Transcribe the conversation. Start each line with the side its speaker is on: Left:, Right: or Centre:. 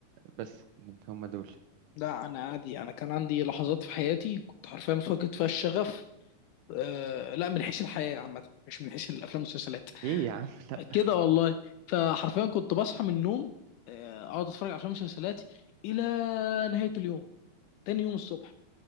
Right: بس من هم دول
Left: لا انا عادي انا كان عندي لحظات في حياتي كنت حرفيا فاقد فيها الشغف أه لا من حيث الحياه عامه مش من حيث الافلام والمسلسلات
Right: ايه يا عم <laughs> لا
Left: كده والله فحرفيا كنت بصحى من النوم آه، اقعد اتفرج على افلام ومسلسلات الى نهايه اليوم تاني يوم الصبح